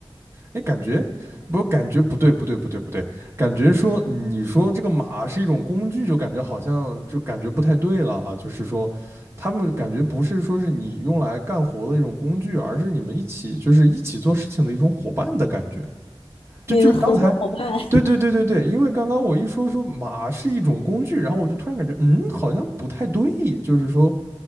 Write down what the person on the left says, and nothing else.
你的合作伙伴。